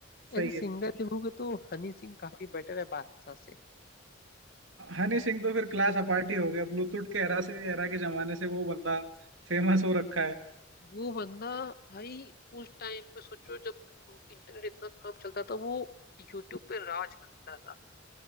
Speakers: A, on the right (about 75°); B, on the left (about 50°).
A: सही
B: ऐसे
A: है
B: सिंगर देखोगे तो हनी सिंह काफी बेटर है बादशाह से
A: हनी सिंह तो फिर क्लास अपार्ट ही हो गया ब्लूटूथ के एरा से एरा के जमाने से वो बंदा फेमस
B: हाँ
A: हो रखा है
B: वो बंदा भाई उस टाइम पे सोचो जब इंटरनेट इतना कम चलता था वो यूट्यूब पे राज करता था